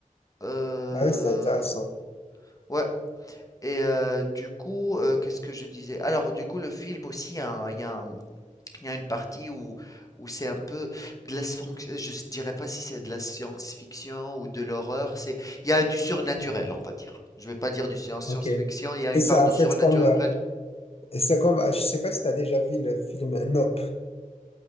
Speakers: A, on the left; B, on the left.
A: euh,
B: Ah oui, c'est intéressant.
A: ouais. Et euh, du coup, euh, qu'est-ce que je disais? Alors, du coup, le film aussi, il y a, il y a un- il y a une partie où, où c'est un peu de la, sphonx- je s- dirais pas si c'est de la science-fiction ou de l'horreur. C'est, il y a du surnaturel, on va dire. Je vais pas dire du science-
B: Ok.
A: science-fiction. Il y a
B: Et
A: une
B: ça,
A: part de
B: en fait,
A: surnaturel.
B: comme, euh, c'est comme, je sais pas si tu as déjà vu le film, non.